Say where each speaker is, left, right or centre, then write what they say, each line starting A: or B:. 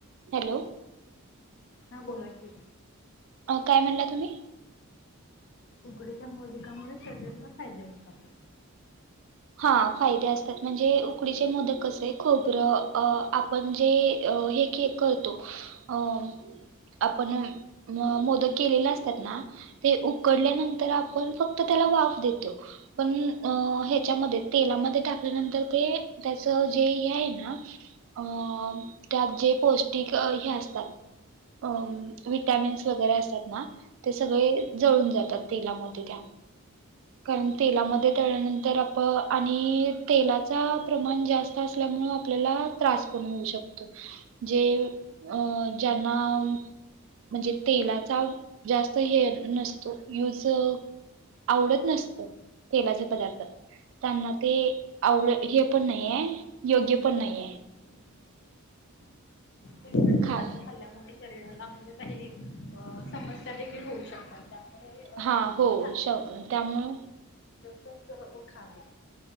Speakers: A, on the right; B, on the left.
A: हॅलो
B: हा बोला की.
A: अ, काय म्हणला तुम्ही?
B: उकडीच्या मोदकामुळे शरीराला फायदे होतात.
A: हा -फायदे असतात म्हणजे उकडीचे मोदक कसे आहे खोबरं अ आपण जे अ हे के करतो अम आपण म मोदक केलेले असतात ना ते उकडल्यानंतर आपण फक्त त्याला वाफ देतो पण अ हे च्यामधे तेलामधे टाकल्यानंतर ते त्याच जे हे आहे ना अ त्यात जे पौष्टिक अ हे असतात. अम विटमिन्स वगरे असतात ना ते सगळे जळून जातात ते तेलामध्ये त्या. कारण तेलामध्ये तळल्यानंतर आप प आणि तेलाचा प्रमाण जास्त असल्यामुळ आपल्याला त्रास पण होऊ शकतो. जे अ ज्यांना म म्हणजे तेलाचा जास्त हे नसतो युज आवडत नसतो तेलाचे पदार्थ त्यांना ते आवड हे पण नाहीये, योग्य पण नाहीये.
B: तेलकट पदार्थ
A: खाण.
B: खाल्ल्यामुळे शरीराला म्हणजे काही अ समस्या देखील होऊ शकतात. त्यामुळे अ
A: हा
B: म्हणजे
A: हो शव त्यामुळं
B: ऊ क उखावी.